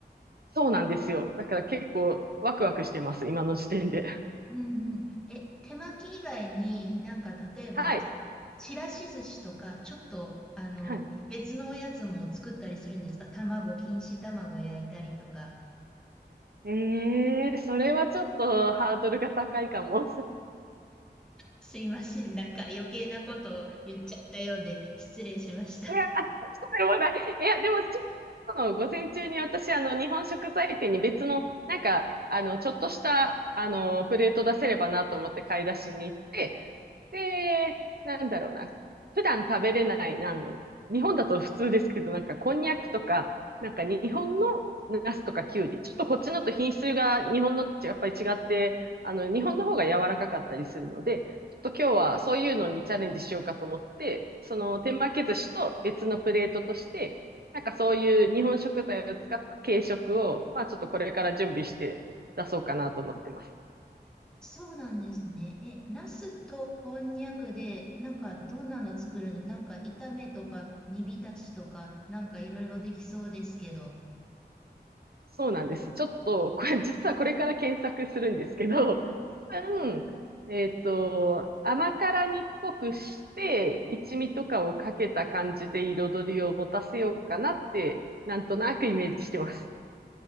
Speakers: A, on the right; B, in the centre.
A: そうなんですよ。だから結構ワクワクしてます、今の時点で。<laughs>
B: うんうん。え、手巻き以外になんか例えば、
A: はい。
B: ちらし寿司とか、ちょっと、あの、
A: はい。
B: 別のおやつも作ったりするんですか卵、錦糸卵焼いたりとか。
A: えー、それはちょっとハードルが高いかも。<laughs>
B: すいません。なんか余計なことを言っちゃったようで失礼しました。
A: いや、あそうでもない。いや、でも、今日の午前中に私、あの、日本食材店に別の、なんか、あの、ちょっとした、あの、プレート出せればなと思って買い出しに行って、で、なんだろうな。普段食べれない、なんの、日本だと普通ですけど、なんかこんにゃくとか、なんか日本のナスとかきゅうり、ちょっとこっちのと品質が日本のとやっぱり違って、あの、日本の方が柔らかかったりするので、ちょっと今日はそういうのにチャレンジしようかと思って、その手巻き寿司と別のプレートとして、なんかそういう日本食材を使った軽食を、まあちょっとこれから準備して出そうかなと思ってます。
B: そうなんですね。え、ナスとこんにゃくで、なんかどんなの作るのなんか炒めとか煮浸しとか、なんかいろいろできそうですけど。
A: そうなんです。ちょっと、これ、<laughs> 実はこれから検索するんですけど、<laughs> 多分、えっと、甘辛煮っぽくして、一味とかをかけた感じで彩りを持たせようかなって、なんとなくイメージしてます。